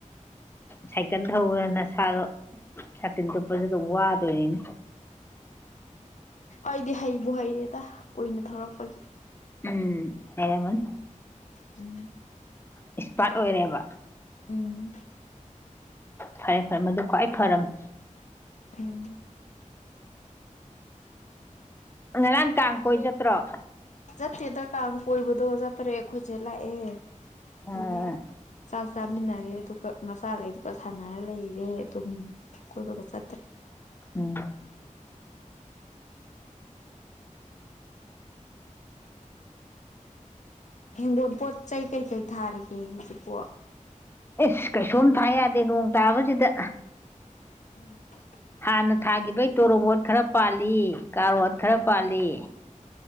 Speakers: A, on the left (about 15°); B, on the left (about 60°).
A: ꯁꯥꯏꯀꯜ ꯊꯧꯕꯅ ꯁꯥ ꯁꯥꯇꯤꯟ ꯇꯨꯞꯄꯁꯨ ꯑꯗꯨꯝ ꯋꯥꯗꯣꯏꯅꯤꯅꯦ
B: ꯑꯩꯗꯤ ꯍꯩꯕꯨ ꯍꯩꯔꯦꯗ ꯀꯨꯏꯅ ꯊꯧꯔꯛꯄꯒꯤ
A: ꯎꯝ ꯍꯩꯔꯝꯃꯅꯤ
B: ꯎꯝ
A: ꯑꯦꯛꯁꯄꯥꯔꯠ ꯑꯣꯏꯔꯦꯕ
B: ꯎꯝ
A: ꯐꯔꯦ ꯐꯔꯦ ꯃꯗꯨ ꯈ꯭ꯋꯥꯏ ꯐꯔꯝꯅꯤ
B: ꯎꯝ
A: ꯉꯔꯥꯡ ꯀꯥꯡ ꯀꯣꯏ ꯆꯠꯇ꯭ꯔꯣ
B: ꯆꯠꯇꯦ ꯗꯔꯀꯥ ꯀꯣꯏꯕꯗꯣ ꯆꯠꯇꯔꯦ ꯑꯩꯈꯣꯏꯁꯦ ꯂꯥꯛꯑꯦ ꯑꯗꯨꯒꯤ
A: ꯎꯝ
B: ꯆꯥꯛ ꯆꯥꯃꯤꯟꯅꯔꯦ ꯑꯗꯨꯒ ꯃꯆꯥꯒꯩꯗꯨꯒ ꯁꯥꯟꯅꯔ ꯂꯩꯔꯦ ꯑꯗꯨꯝ ꯀꯣꯏꯕꯒ ꯆꯠꯇ꯭ꯔꯦ
A: ꯎꯝ
B: ꯍꯦꯡꯒꯣꯜ ꯄꯣꯠ ꯆꯩ ꯀꯩꯀꯩ ꯊꯥꯔꯤꯒꯦ ꯍꯧꯖꯤꯛꯄꯣ
A: ꯏꯁ ꯀꯩꯁꯨꯝ ꯊꯥ ꯌꯥꯗꯦ ꯅꯣꯡ ꯇꯥꯕꯁꯤꯗ
B: <unintelligible>
A: ꯍꯥꯟꯅ ꯊꯥꯈꯤꯕꯩ ꯇꯣꯔꯣꯕꯣꯠ ꯈꯔ ꯄꯥꯜꯂꯤ ꯀꯥꯔꯣꯠ ꯈꯔ ꯄꯥꯜꯂꯤ